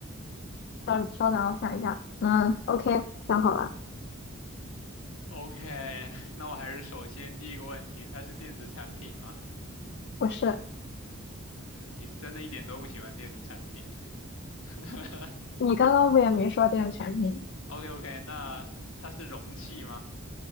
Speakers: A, on the left; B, on the left.
A: 稍稍等，我想一下。嗯，OK，想好了，
B: OK，那我还是首先第一个问题，它是电子产品吗？
A: 不是，
B: 嗯，你是真的一点都不喜欢电子产品。<laughs>
A: 你刚刚不也没说电子产品？
B: o k o k 那它是容器吗